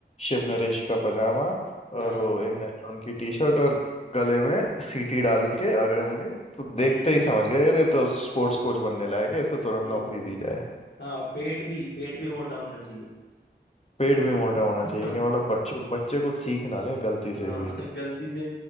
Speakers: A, on the left (about 35°); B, on the left (about 85°).
A: शिव नरेश का पजामा
B: हाँ
A: और वो एक नायलॉन की टी शर्ट और गले में सीटी डाल के आ गए होंगे तो देखते
B: हम्म
A: ही समझ गए यार ये तो स्पोर्ट्स कोच बनने लायक है इसको तुरंत
B: हाँ
A: नौकरी दी जाए
B: हाँ पेट भी पेट भी मोटा होना चाहिए
A: पेट भी मोटा होना
B: <laughs>
A: चाहिए कि मतलब बच्चों बच्चे कुछ सीख ना ले गलती
B: हाँ
A: से भी
B: गलती से